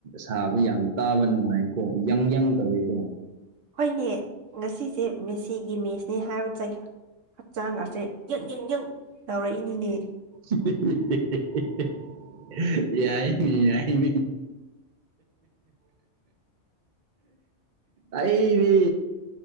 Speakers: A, on the right (about 45°); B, on the right (about 85°).
A: ꯁꯥꯕ ꯌꯥꯝ ꯇꯥꯕ ꯅꯨꯡꯉꯥꯏꯀꯣ ꯌꯪ ꯌꯥꯪ ꯇꯧꯋꯤꯀꯣ
B: ꯍꯣꯏꯅꯦ ꯉꯁꯤꯁꯦ ꯃꯦꯁꯤꯒꯤ ꯃꯦꯁꯅꯦ ꯍꯥꯏꯔꯨ ꯆꯩꯩ ꯍꯛꯆꯥꯡꯒꯁꯦ ꯌꯦ ꯌꯦꯡ ꯌꯦ ꯂꯥꯎꯔꯛꯏꯅꯤꯅꯦ
A: <unintelligible> ꯌꯥꯏꯅꯤ ꯌꯥꯏꯅꯤ ꯑꯩꯗꯤ